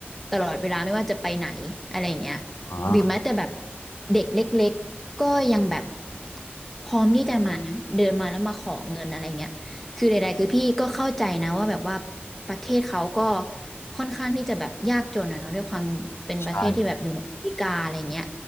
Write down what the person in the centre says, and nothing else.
ตลอดเวลาไม่ว่าจะไปไหนอะไรอย่างเงี้ย
หรือแม้แต่แบบเด็กเล็กๆก็ยังแบบพร้อมที่จะมาเดินมาแล้วมาขอเงินอะไรเงี้ย คือใดๆคือพี่ก็เข้าใจนะว่าแบบว่าประเทศเขาก็ค่อนข้างที่จะแบบยากจนอะเนาะด้วยความเป็นประเทศที่แบบอยู่ในแอฟริกาอะไรเงี้ย